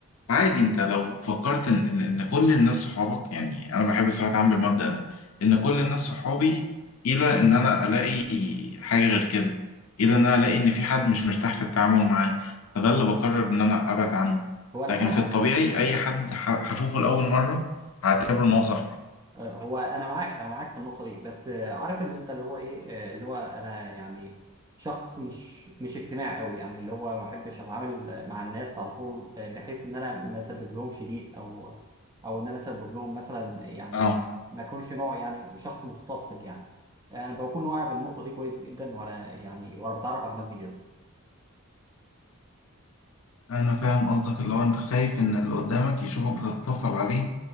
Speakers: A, on the left (about 70°); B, on the right (about 15°).
A: عادي انت لو فكرت إن إن إن كل الناس صحابك يعني أنا بحب الصراحة أعمل بالمبدأ ده إن كل الناس صحابي إلى إن أنا ألاقي حاجة غير كده إلى إن أنا ألاقي إن في حد مش مرتاح في التعامل معاه فده اللي بقرر إن أنا أبعد عنه
B: هو انا
A: لكن
B: فاهمك
A: في الطبيعي أي حد ه- هشوفه لأول مرة هعتبره إن هو صاحبي
B: آه، هو انا معاك انا معاك في النقطه دي بس آه، عارف اللي انت اللي هو ايه آه، اللي هو انا يعني شخص مش مش اجتماعي قوي يعني اللي هو ما بحبش اتعامل مع الناس على طول آه، بحيث ان انا ما اسبب لهمش ضيق او او ان انا اسبب لهم مثلا يعني
A: اه
B: ما اكونش نوع يعني شخص متطفل يعني آه، انا بكون واعي بالنقطه دي كويس جدا وانا يعني وانا بتعرف على ناس جديده
A: أنا فاهم قصدك اللي هو أنت خايف إن اللي قدامك يشوفك بتتطفل عليه